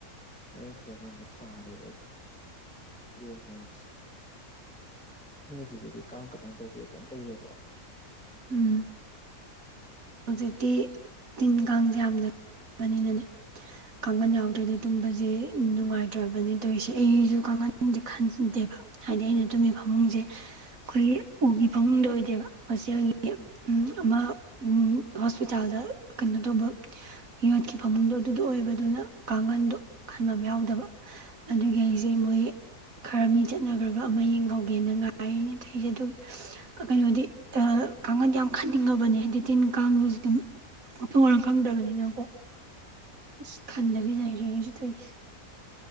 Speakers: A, in the centre; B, on the right.
A: ꯃꯩ ꯃꯨꯠꯈꯔꯀꯟꯗ ꯊꯥꯔꯦ <unintelligible> ꯅꯣꯏ ꯍꯧꯖꯤꯗꯨꯗꯤ ꯀꯥꯡ ꯀꯃꯥꯏꯅ ꯇꯧꯒꯦ ꯀꯩꯝ ꯇꯧꯗꯕ꯭ꯔꯣ
B: ꯎꯝ ꯍꯧꯖꯤꯛꯇꯤ ꯇꯤꯟ ꯀꯥꯡꯁꯦ ꯌꯥꯝꯅ ꯂꯩꯕꯅꯤꯅꯅꯦ ꯀꯥꯡꯒꯟ ꯌꯥꯎꯗ꯭ꯔꯦꯗꯤ
A: ꯎꯝ
B: ꯑꯗꯨꯝꯕꯁꯦ ꯅꯨꯡꯉꯥꯏꯇ꯭ꯔꯕꯅꯤ ꯇꯧꯔꯤꯁꯦ ꯑꯩꯁꯨ ꯀꯥꯡꯈꯟꯗꯤ ꯈꯟꯗꯦꯕ ꯍꯥꯏꯗꯤ ꯑꯩꯅ ꯇꯨꯝꯃꯤ ꯐꯃꯨꯡꯁꯦ ꯑꯩꯈꯣꯏꯒꯤ ꯎꯒꯤ ꯐꯃꯨꯡꯗ ꯑꯣꯏꯗꯦꯕ ꯍꯣꯁꯦꯜꯒꯤ
A: ꯎꯝ
B: ꯎꯝ ꯑꯃ ꯍꯣꯁꯄꯤꯇꯥꯜꯗ ꯀꯩꯅꯣ ꯇꯧꯕ ꯌꯣꯠꯀꯤ ꯐꯥꯃꯨꯡꯗꯣ ꯑꯗꯨꯗꯣ ꯑꯣꯏꯕꯗꯨꯅ ꯀꯥꯡꯈꯟꯗꯣ ꯈꯟꯕꯝ ꯌꯥꯎꯗꯕ ꯑꯗꯨꯒꯤ ꯑꯩꯁꯦ ꯃꯣꯏ ꯈꯔ ꯃꯤ ꯆꯠꯅꯒ꯭ꯔꯒ ꯑꯃ ꯌꯦꯡꯍꯧꯒꯦꯅ ꯉꯥꯏ ꯊꯩꯁꯦ ꯑꯗꯨ ꯑꯥ ꯀꯩꯅꯣꯗꯤ ꯑ ꯀꯡꯈꯪꯍꯟ ꯌꯥꯝ ꯈꯟꯅꯤꯡꯉꯕꯅꯦ ꯍꯥꯏꯗꯤ ꯇꯤꯟ ꯀꯥꯡꯗꯨꯁꯨ ꯍꯧꯖꯤꯛꯇꯤ ꯃꯐꯝ ꯃꯔꯥꯡ ꯈꯪꯗꯕꯅꯤꯅꯀꯣ ꯑꯁ ꯈꯟꯅꯗꯕꯤ
A: ꯎꯝ
B: ꯂꯩꯔꯤ ꯑꯩꯁꯨꯗꯒꯤ